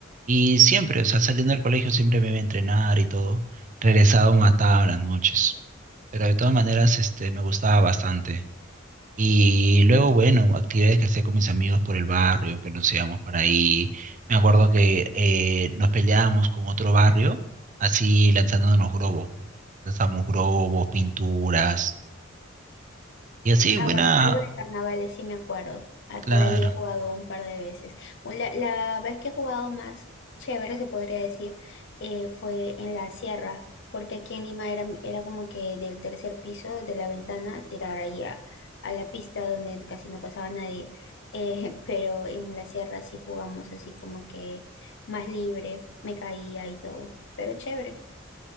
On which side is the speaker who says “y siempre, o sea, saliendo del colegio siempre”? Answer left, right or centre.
Right